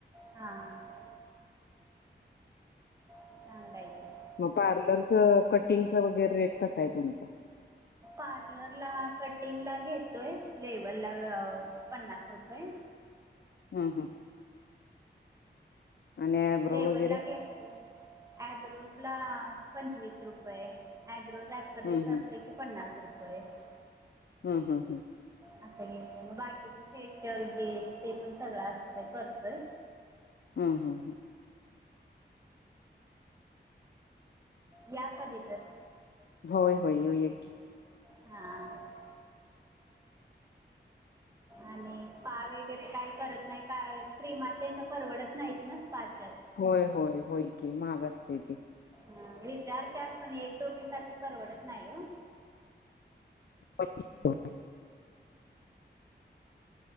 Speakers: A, on the right; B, on the left.
A: हां चांगलं आहे ते
B: मग पार्लरच, कटिंगच वगैरे रेट कस आय तुमचं?
A: पार्लर ला कटिंग ला घेतोय लेवल ला पन्नास रुपयं.
B: हम्म हम्म आणि आयब्रो
A: लेव्हलला
B: वगैरे?
A: घेतय. ॲब्रोज ला पंचवीस रुपये आयब्रोज अपरलीप्स
B: हम्म हम्म.
A: असले की पन्नास रुपये. होय.
B: हम्म, हम्म, हम्म
A: आसं घेते. मग बाकीच फेशियल, ब्लिच ते पण सगळं असतंय करतोय
B: हम्म, हम्, हम
A: या कधीेतर.
B: होय, होय, येऊया की.
A: हां आणि स्पा वगैरे काही करत नाही कारण क्रीमा तेन वगैरे परवडत नाहीत ना स्पा चे
B: होय, होय, होय की महाग असतय ते.
A: अं विचारतात, पण एक दोघी साठी परवडत नाही ओ.
B: <inaudible>